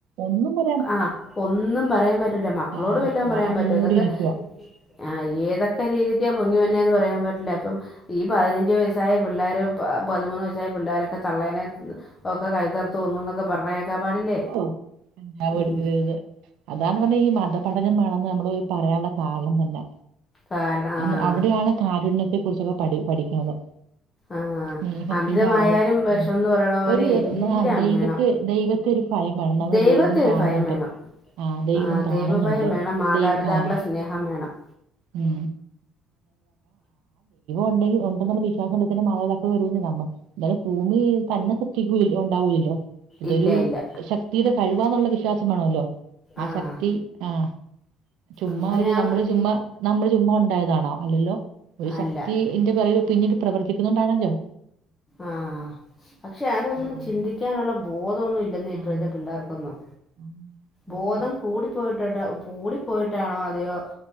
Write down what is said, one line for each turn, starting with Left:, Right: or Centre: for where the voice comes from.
Right: ഒന്നും പ
Left: ആഹ ഒന്നും പറയാൻ പറ്റൂല മക്കളോട്
Right: ആ
Left: വല്ലം പറയാൻ
Right: വാ
Left: പറ്റോ
Right: മൂടിയിരിക്കുക
Left: ഇതൊക്കെ ആ ഏ ഏതക്കെ രീതിക്ക പൊങ്ങി വന്നെന്ന് പറയാൻ പറ്റില്ല ഇപ്പം ഈ പതിനഞ്ചു വയസായ പിള്ളോര പതിമൂന്ന് പിള്ളോരൊക്കെ തളെനെ ഒക്കെ കൈതർത്തു കൊന്നുന്നൊക്കെ പറഞ്ഞകെക്കാൻ പാടില്ലേ
Right: ഓ <inaudible>
Left: ഉം
Right: അതാണ് പറഞ്ഞെ ഈ മതപഠനം വണെന്ന് നമ്മള് ഈ പറയാനുള്ള കാരണം തന്നെ
Left: കാരണം
Right: അന്ന്
Left: ആ
Right: അവിടെയാണ് കാരുണ്യത്തെ കുറിച്ചൊക്കെ പഠി പഠിക്കുന്നത്
Left: ആഹ്
Right: സ്നേഹത്തിന്റെ
Left: അമിതമായാലും
Right: അളവും
Left: വിഷംന്ന്
Right: ഉ
Left: പറയണ പോലെ
Right: ഒരു
Left: എല്ലാം
Right: ഒര് നാ ദൈവത്തെ
Left: വേണം
Right: ദൈവ ഒരു ഭയമാണ് നമ്മളെ
Left: ദൈവത്തെ
Right: ദൈവം
Left: ഒരു
Right: കാണുന്നുണ്ട്
Left: ഭയം വേണം
Right: ആഹ ദൈവം
Left: ആഹ്
Right: കാണുന്നുണ്ട്!
Left: ദൈവഭയം വേണം മാതാപിതാക്കളെ
Right: ദൈവ ആഹ്
Left: സ്നേഹം വേണം
Right: ഉം ഉണ്ടെങ്കി ഉണ്ടെന്നുള്ള വിശ്വാസം ഉണ്ട് തന്നെ മാതാപിതാക്കൾ വരുമെന്നു കാണണം എന്നാലും ഭൂമിന്ഷ്ടിക്ക ഉണ്ടാവൂില്ലല്ലോ ഇതൊരു
Left: ഇല്ല ഇല്ല
Right: ശക്തിയുടെ കഴിവാന്നുള്ള വിശ്വാസം വേണല്ലോ. ആ
Left: ആഹ്
Right: ശക്തി ആഹ മ ചുമ്മാ
Left: അങ്ങനെ
Right: ഒരു
Left: ആ
Right: നമ്മള്
Left: വി
Right: ചുമ്മാ നമ്മള് ചുമ്മാ ഉണ്ടായതാണോ? അല്ലല്ലോ! ഒരു ശക്തി
Left: അല്ല
Right: എന്റെ പുറകെപിന്നീൽ പ്രവർത്തിക്കുന്നതുണ്ടാണല്ലോ!
Left: ആഹ് പക്ഷെ അതൊന്നും
Right: അതി
Left: ചിന്തിക്കാനുള്ള ബോധമൊന്നും ഇല്ലെന്ന ഇപ്പോഴത്തെ
Right: ആഹ്
Left: പിള്ളേർക്കൊന്നും.
Right: ആഹ്
Left: ബോധം കൂടി പോയിട്ടോട്ട കൂടി പോയിട്ടാണോ അതോ?